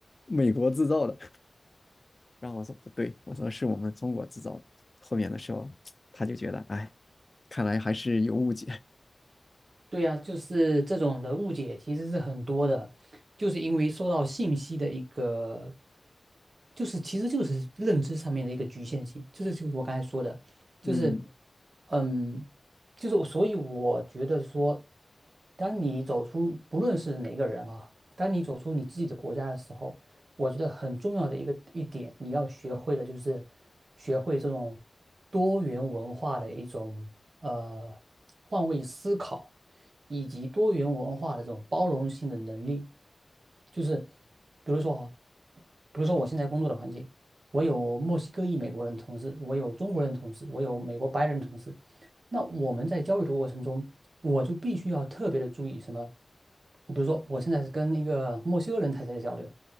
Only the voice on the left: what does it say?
美国制造的。然后我说不对，我说是我们中国制造的。后面的时候他就觉得，哎，看来还是有误解。
嗯，